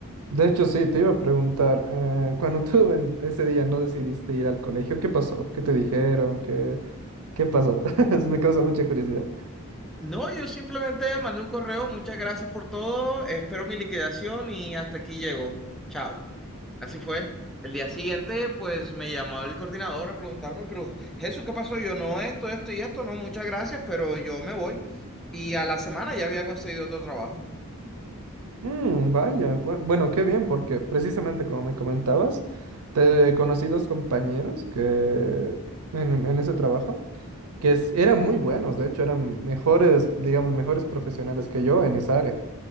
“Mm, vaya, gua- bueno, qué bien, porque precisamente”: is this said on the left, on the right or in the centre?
Right